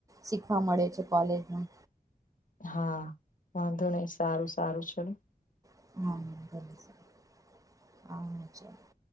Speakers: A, on the right; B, on the left.
A: શીખવા મળે છે કોલેજમાં
B: હા વાંધો નહી સારું સારું છેડું
A: હ હ છે